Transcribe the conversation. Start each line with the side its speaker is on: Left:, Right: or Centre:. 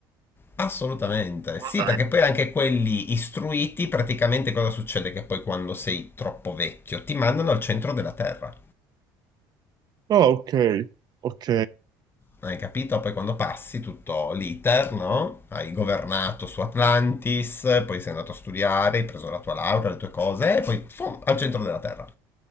Left: assolutamente.
Right: Assolutamente.
Left: Sì, perché poi anche quelli istruiti, praticamente cosa succede? Che poi quando sei troppo vecchio ti mandano al centro della terra.
Right: Ah, ok, ok.
Left: Hai capito? Poi quando passi tutto l'iter, no? Hai governato su Atlantis, poi sei andato a studiare, hai preso la tua laurea, le tue cose, e poi fum, al centro della terra.